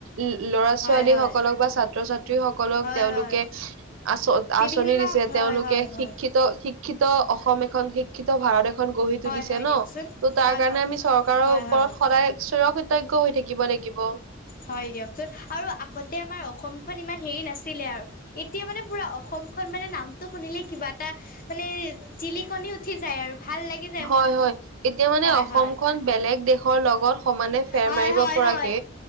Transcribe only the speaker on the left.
হয়
হয়
হয়
হয়
বিভিন্ন
হয়
হয় হয়
হয়
হয়
দিয়কচোন
হয়
হয়
হয়
হয়।
হয় দিয়কচোন, আৰু আগতে আমাৰ অসমখন ইমান হেৰি নাছি ছিলে আৰু এতিয়া মানে পোৰা অসম অসমখন মানে নামটো শুনিলে কিবা এটা মানে জিলিকনি উঠি যায় আৰু। ভাল লাগি
মনটো।
হয়
হয়
হয়
হয়
হয়